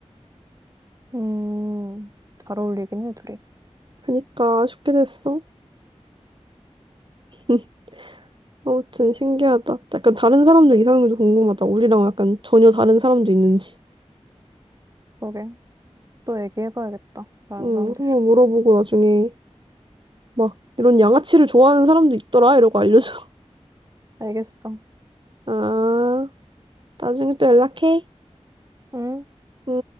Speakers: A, on the right (about 30°); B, on the right (about 45°).
A: 음, 잘 어울리긴 해, 둘이.
B: 그니까 아쉽게 됐어. <laughs> 아무튼 신기하다. 약간 다른 사람들 이상형도 궁금하다. 우리랑 약간 전혀 다른 사람도 있는지.
A: 그러게. 또 얘기해봐야겠다. 다른
B: 음,
A: 사람들이랑.
B: 한번 물어보고 나중에 막 이런 양아치를 좋아하는 사람도 있더라 이러고 알려줘.
A: 알겠어.
B: <laughs> 아, 나중에 또 연락해.
A: 응?
B: 응.